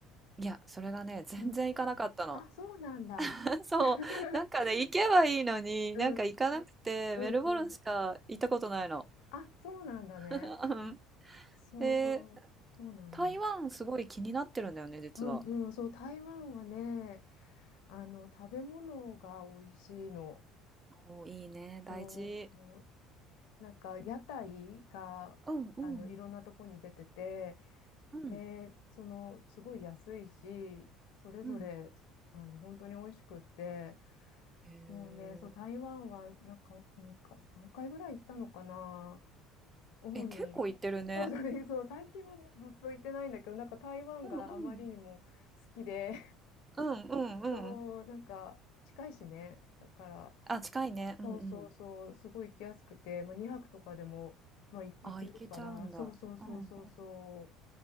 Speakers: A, on the right (about 20°); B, on the left (about 60°).
A: いや、それがね、全然行かなかったの。
B: うん。あ、そうなんだ。
A: <laughs> そう、
B: <laughs>
A: なんかね、行けばいいのに、
B: うん、
A: なんか行かなくて、
B: うん、
A: メルボルンしか行ったことないの。
B: うん。あ、そうなんだね。
A: うん
B: そうそう、
A: で、
B: そうなんだ。
A: 台湾すごい気になってるんだよね、実は。
B: うんうん、そう、台湾はね、あの、食べ物が美味しいの。
A: おー、いいね、
B: そう、
A: 大事。
B: なんか屋台が、
A: うんうん
B: あの、いろんなとこに出てて、
A: うん
B: で、その、すごい安いし、それぞれ、
A: うん。
B: あの、本当に美味しくって、
A: へえ。
B: もうね、そう、台湾は、なんか、2か、3回ぐらい行ったのかな。主に、
A: え、結構行ってるね。
B: <laughs> そうだね、そう、最近もずっと行ってないんだけど、なんか台湾があまりにも好きで、
A: うんうん。うんうんうん。
B: そう、なんか近いしね。だから、
A: あ、近いね。うんうん。
B: そうそうそう、すごい行きやすくて、まあ、2泊とかでも、まあ、い行けるから、
A: あ、行けちゃうんだ。
B: そうそうそうそうそう、
A: うんうん。
B: そ